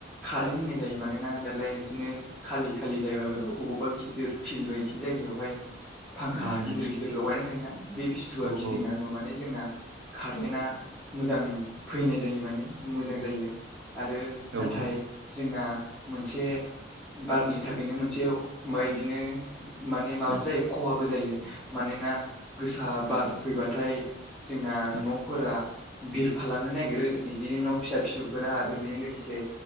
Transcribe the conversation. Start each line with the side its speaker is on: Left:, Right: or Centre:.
Centre: कारेन्ट होननाय जायो मानोना दालाय बिदि खालि खालि जायगाफोराव अबावबा गिदिर फिल्ड बायदि जायगायावहा फांखा
Right: उम
Centre: गिदिर गिदिर लगायनाय थायोना बे फिथुवआ
Right: औ औ
Centre: गिदिंना होनबा माने जोंना कारेन्टआ मोजां फैनाय जायो माने। मोजां जायो आरो नाथाय
Right: औ
Centre: जोंना मोनसे बारनि थाखायनो मोनसे मा बिदिनो माने माबाबो जायो
Right: औ
Centre: खहाबो जायो। मानोना गोसा बार फैबाथाय जोंना
Right: औ उम औ उम
Centre: न'फोरा ओ बिरफालांनो नागिरो बिदि न' फिसा फिसौफोरा आरो बेजों लोगोसे